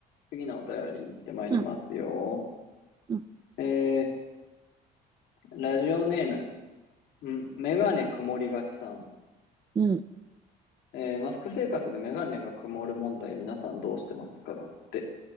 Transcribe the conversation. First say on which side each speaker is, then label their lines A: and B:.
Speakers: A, on the left; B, on the right.
A: 次のお便り行ってまいりますよ。
B: うん、うん、
A: えー、ラジオネーム、んメガネ曇りがちさん。
B: うん。
A: えー、マスク生活でメガネが曇る問題、皆さんどうしてますかだって。